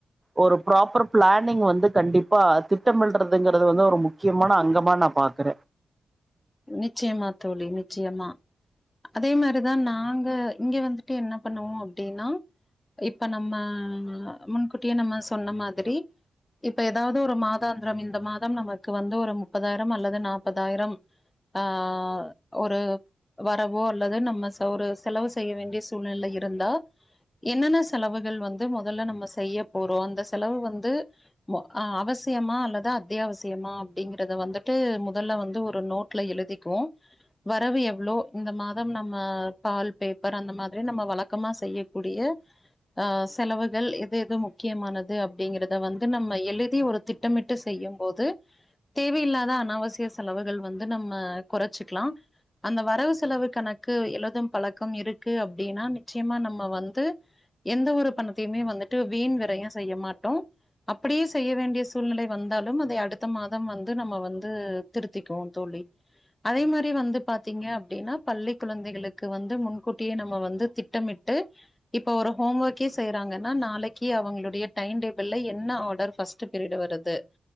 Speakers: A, on the right; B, on the left.
A: ஒரு ப்ராப்பர் பிளானிங் வந்து கண்டிப்பா திட்டமிடறதுங்கிறது வந்து ஒரு முக்கியமான அங்கமா நான் பாக்கற
B: நிச்சயமா தோழி நிச்சயமா அதே மாரிதா நாங்க இங்க வந்துட்டு என்ன பண்ணுவோம் அப்டின்னா இப்ப நம்ம முன்கூட்டியே நம்ம சொன்ன மாதிரி இப்ப எதாவது ஒரு மாதாந்திரம் இந்த மாதம் நமக்கு வந்து ஒரு முப்பதாயிரம் அல்லது நாப்பதாயிரம் ஆ ஒரு வரவோ அல்லது நம்ம ஒரு செலவு செய்ய வேண்டிய சூழ்நெல இருந்தா என்னன்ன செலவுகள் வந்து மொதல்ல நம்ம செய்ய போறோம் அந்த செலவு வந்து மோ ஆ அவசியமா அல்லது அத்தியாவசியமா அப்டிங்கிறத வந்துட்டு முதல்ல வந்து ஒரு நோ ட்ல எழுதிக்குவோ வரவு எவ்ளோ இந்த மாதம் நம்ம பால் பேப்பர் அந்த மாதிரி நம்ம வழக்கமா செய்யக்கூடிய ஆ செலவுகள் எது எது முக்கியமானது அப்டிங்கிறத வந்து நம்ம எழுதி ஒரு திட் திட்டமிட்டு செய்யம் போது தேவையில்லாத அனாவசிய செலவுகள் வந் து நம்ம கொறைச்சிக்கிலா அந்த வரவு செலவு கணக்கு எழுதும் பழக்கம் இருக்கு அப்டின்னா நிச்சயமா நம்ம வந்து எந்த ஒரு பணத்தையுமே வந்துட்டு வீண் விரையும் செய்ய மாட்டோம் அப்டியு செய்ய வேண்டிய சூழ்நிலை வந்தாலும் அத அடுத்த மாதம் வந்து நம்ம வந்து திருத்திக்குவோ தோழி அதே மாரி வந்து பாத்தீங்க அப்டின்னா பள்ளி குழந்தைகளுக் க்கு வந்து முன்கூட்டியே நம்ம வந்து திட்டமிட்டு இப்ப ஒரு ஹோம் ஒர்கே செய்யறாங்கன்னா நாளைக்கு அவங்களுடைய டைம் டேபிள்ல என்ன ஆடர் ஃபஸ் பீரியடு வருது